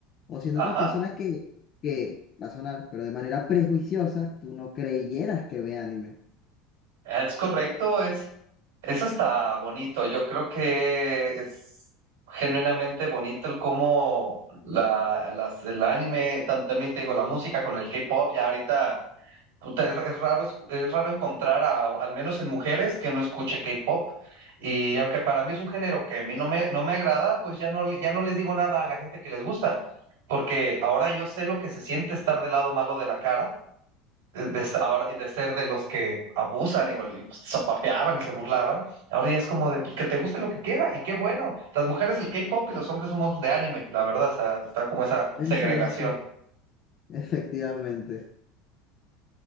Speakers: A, on the left; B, on the right.
A: o siendo
B: Ajá.
A: otra persona que, que va a sonar, pero de manera prejuiciosa, tú no creyeras que ve anime.
B: Es correcto, es, eso está bonito. Yo creo que es genuinamente bonito el cómo la, las, el anime, tam- también te digo, la música con el K-pop, ya ahorita puta, es, es raro, es, es raro encontrar a, al menos en mujeres que no escuche K-pop. Y aunque para mí es un género que a mí no me, no me agrada, pues ya no, le- ya no les digo nada a la gente que les gusta, porque ahora yo sé lo que se siente estar del lado malo de la cara de, s- ahora, y de ser de los que abusan y, gol- y, pues, sopapeaban y se burlaban, ahora ya es como de pues, que te guste lo que quiera, y qué bueno. Las mujeres el K-pop y los hombres somos de anime, la verdad, o sea, está como esa
A: Exacto,
B: segregación.
A: <laughs> efectivamente.